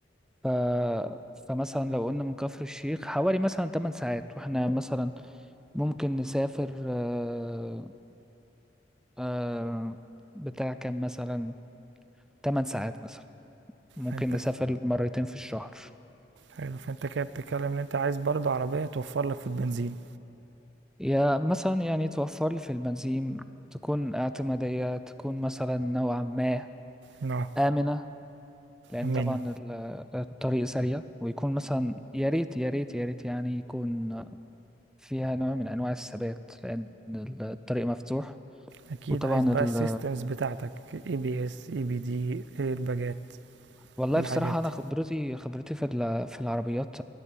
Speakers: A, in the centre; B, on the right.
A: ف... فمثلا لو قلنا من كفر الشيخ حوالي مثلا 8 ساعات واحنا مثلا ممكن نسافر آه، آه، بتاع كام مثلا 8 ساعات مثلا ممكن
B: فانت
A: نسافر مرتين في الشهر
B: حلو فانت كده بتتكلم ان انت عايز برضو عربية توفر لك في البنزين
A: يا مثلا يعني توفر لي في البنزين تكون اعتمادية تكون مثلا نوعا ما
B: اه
A: آمنة لأن
B: امنة
A: طبعا ال- الطريق سريع ويكون مثلا يا ريت يا ريت يا ريت يعني يكون فيها نوع من أنواع الثبات لأن الطريق مفتوح
B: اكيد
A: وطبعا
B: عايز بقى
A: ال...
B: السيستمز بتاعتك اي بي اس اي بي دي ايرباجات
A: والله
B: الحاجات
A: بصراحة أنا
B: دي
A: خبرتي خبرتي في ال... في العربيات